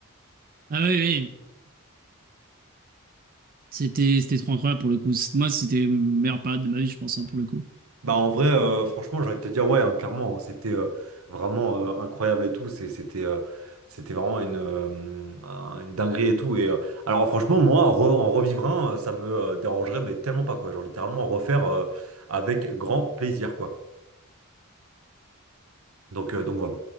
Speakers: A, on the right (about 45°); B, on the right (about 80°).
A: Ah oui, oui. C'était, c'était trop incroyable pour le coup. C'est- Moi, c'était la meilleure période de ma vie, je pense, hein, pour le coup.
B: Bah en vrai, euh, franchement, j'ai envie de te dire, ouais, hein, clairement, hein, c'était euh, vraiment euh, incroyable et tout. C'est- C'était euh, c'était vraiment une, euh, un- une dinguerie et tout. Et euh, alors franchement, moi, re- en revivre un, euh, ça me euh, dérangerait, mais tellement pas quoi. Genre littéralement en refaire euh, avec grand plaisir quoi. Donc euh, donc voilà.